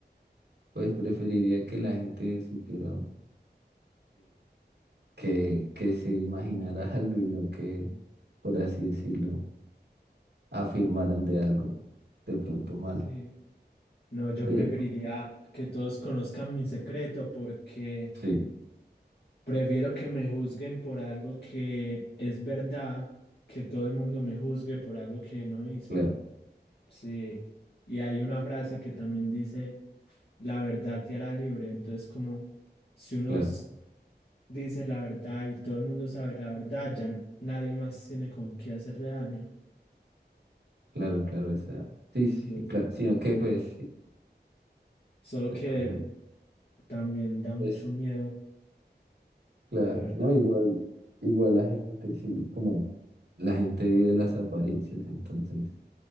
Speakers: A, on the right (about 75°); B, on the left (about 65°).
A: pues preferiría que la gente supiera que, que se imaginara <laughs> algo y no que, por así decirlo, afirmaran de algo de pronto malo.
B: Sí. No, yo
A: Sí,
B: preferiría que todos conozcan mi secreto porque
A: sí,
B: prefiero que me juzguen por algo que es verdad, que todo el mundo me juzgue por algo que no hice.
A: claro,
B: Sí, y hay una frase que también dice, la verdad te hará libre. Entonces, como si uno
A: claro,
B: s- dice la verdad y todo el mundo sabe la verdad, ya n- nadie más tiene con qué hacerle daño.
A: claro, claro, esa. Sí,
B: Sí,
A: sí, sí, claro, sino que pues sí,
B: solo que
A: también
B: también da mucho
A: es,
B: miedo,
A: claro,
B: la verdad.
A: no, igual, igual la gente, sí, como la gente vive las apariencias, entonces,